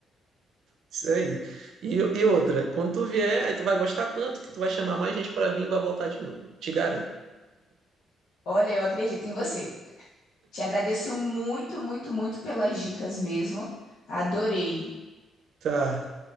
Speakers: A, on the right; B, on the left.
A: Isso aí. E, e outra, quando tu vier, aí tu vai gostar tanto que tu vai chamar mais gente para vir e vai voltar de novo. Te garanto.
B: Olha, eu acredito em você. Te agradeço muito, muito, muito pelas dicas mesmo. Adorei.
A: Tá,